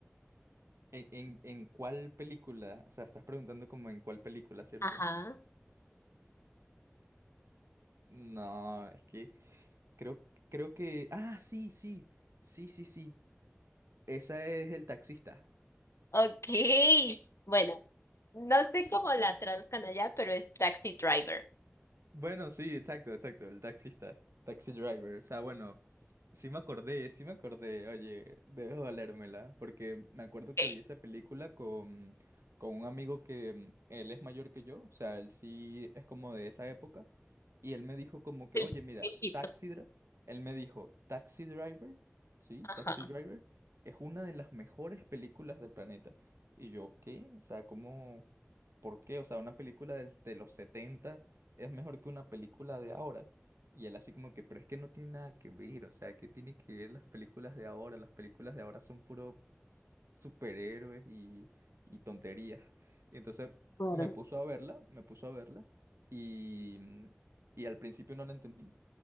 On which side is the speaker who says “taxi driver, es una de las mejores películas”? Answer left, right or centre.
Right